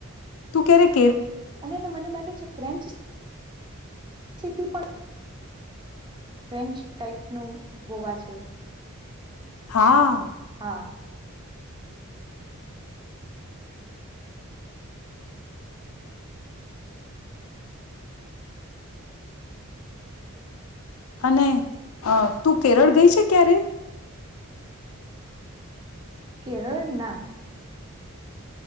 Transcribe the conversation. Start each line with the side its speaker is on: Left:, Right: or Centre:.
Left: તું ક્યારેક
Right: અનેને મને લાગે છે ફ્રેન્ચ સિટી પણ ફ્રેન્ચ ટાઈપ નું ગોવા છે.
Left: <inaudible> હા.
Right: હા
Left: અને અ તું કેરળ ગઈ છે ક્યારે.
Right: કેરળ ના.